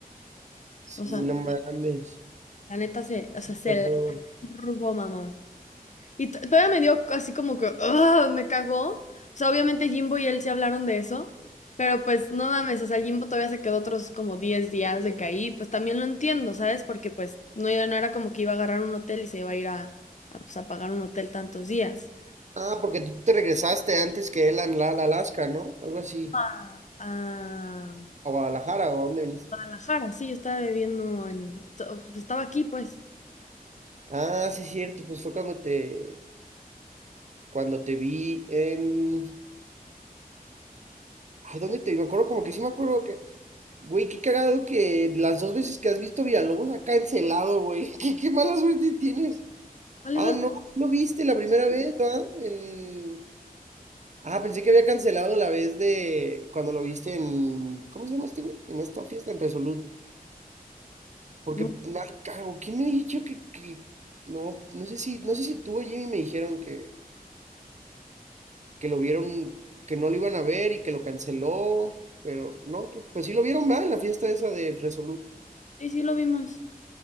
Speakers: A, on the right; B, on the left.
A: Sí,
B: O sea,
A: no mames.
B: la neta se, o sea,
A: ¿Qué
B: se
A: pasó?
B: la turbó, mamá. Y to- todavía me dio así como que, "Ugh", me cagó. O sea, obviamente Jimbo y él sí hablaron de eso, pero pues no mames, o sea, Jimbo todavía se quedó otros como 10 días de que ahí, pues también lo entiendo, ¿sabes? Porque pues no, no era como que iba a agarrar un hotel y se iba a ir a, a, pues, a pagar un hotel tantos días.
A: Ah, porque tú te regresaste antes que él a la, a Alaska, ¿no? Algo así.
B: a, a
A: A Guadalajara, ¿o a dónde viniste?
B: Guadalajara, sí, yo estaba bebiendo en... so- Estaba aquí, pues.
A: Ah, sí, cierto. Pues fue cuando te, cuando te vi en... Ay, ¿dónde te vi? Me acuerdo como que sí me acuerdo que... Güey, qué cagado que las dos veces que has visto Villalobos ha cancelado, güey. <laughs> ¿Qué, qué mala suerte tienes?
B: cuáles
A: Ah,
B: dos
A: no, sí lo viste la primera vez, ¿verdad? En... Ah, pensé que había cancelado la vez de cuando lo viste en... ¿Cómo se llama este güey? En esta fiesta, en Resolute. Porque
B: No,
A: no hay cargo. ¿Quién me dijo que, que- no, no sé si, no sé si tú o Jimmy me dijeron que, que lo vieron, que no lo iban a ver y que lo canceló, pero no, creo- pues sí lo vieron mal la fiesta esa de Resolute.
B: sí, sí lo vimos.